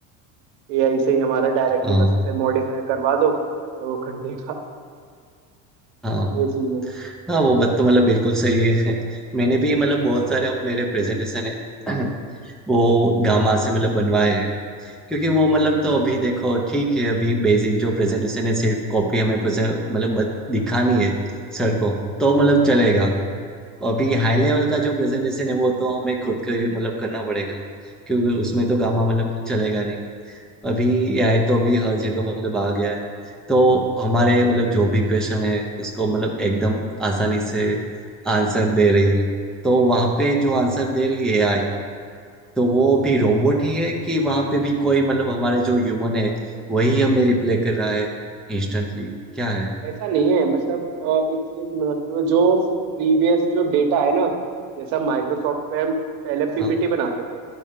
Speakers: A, on the right (about 60°); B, in the centre.
A: एआई से ही हमारा डायरेक्टली
B: हाँ।
A: बस उसे मॉडिफाई करवा दो और वो कर देगा
B: हाँ
A: ये चीज़ें हैं
B: हाँ वो बात तो मतलब बिल्कुल सही है <laughs> मैंने भी मतलब बहुत सारे अब मेरे प्रेजेंटेशन है <clears throat> वो गामा से मतलब बनवाए हैं क्योंकि वो मतलब तो अभी देखो ठीक है अभी बेसिक जो प्रेजेंटेशन है सिर्फ कॉपी हमें present- मतलब बत- दिखानी है सर को तो मतलब चलेगा अभी हाई लेवल का जो प्रेजेंटेशन है वो तो हमें खुद को ही मतलब करना पड़ेगा क्योंकि उसमें तो गामा मतलब चलेगा नहीं अभी एआई तो अभी हर जगह मतलब आ गया है तो हमारे मतलब जो भी क्वेश्चन है उसको मतलब एकदम आसानी से आंसर दे रही है तो वहाँ पे जो आंसर दे रही है एआई तो वो
A: हम्म।
B: भी रोबोट ही है कि वहाँ पे भी कोई मतलब हमारे जो ह्यूमन है वही हमें रिप्लाई कर रहा है इंस्टेंटली क्या है
A: ऐसा नहीं है मतलब अ, एक चीज महत्व जो प्रीवियस जो डेटा है ना जैसा माइक्रोसॉफ्ट पे हम पहले पीपीटी
B: हाँ
A: बनाते थे